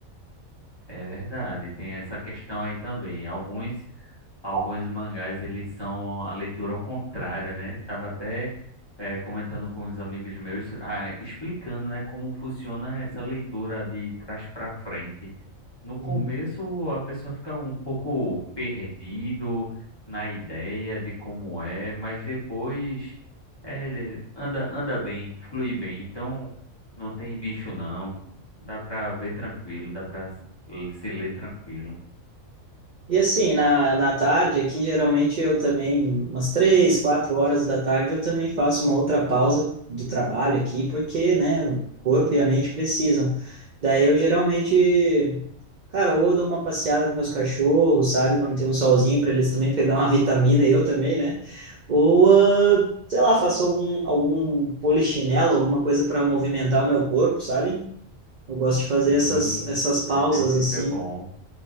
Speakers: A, on the left; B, on the right.
A: É verdade, tem essa questão aí também. Alguns, alguns mangás, eles são a leitura ao contrário, né? Tava até eh, comentando com os amigos meus, ah, explicando, né, como funciona essa leitura de trás para frente. No começo,
B: Uhum.
A: a pessoa fica um pouco perdido na ideia de como é, mas depois é, anda, anda bem, flui bem. Então, não tem bicho não. Dá pra ver tranquilo, dá pra se se ler tranquilo.
B: E assim, na, na tarde aqui, geralmente eu também, umas três, quatro horas da tarde, eu também faço uma outra pausa do trabalho aqui, porque, né, o corpo e a mente precisam. Daí eu geralmente, cara, ou dou uma passeada com meus cachorros, sabe, quando tem um solzinho para eles também pegar uma <laughs> vitamina, eu também, né? Ou, ah, sei lá, faço algum, algum polichinelo, alguma coisa para movimentar o meu corpo, sabe? Eu gosto de fazer
A: Sim,
B: essas, essas pausas
A: exercício
B: assim
A: é bom.